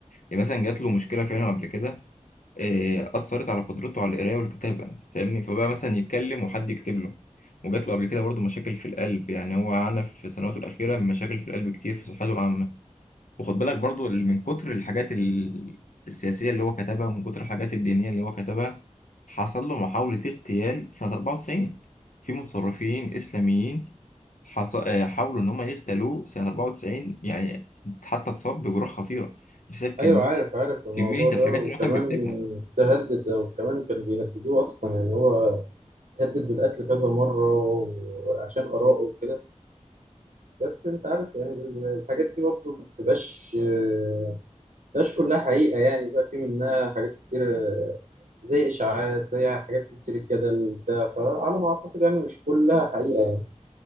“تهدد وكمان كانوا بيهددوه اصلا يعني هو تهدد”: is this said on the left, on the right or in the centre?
Right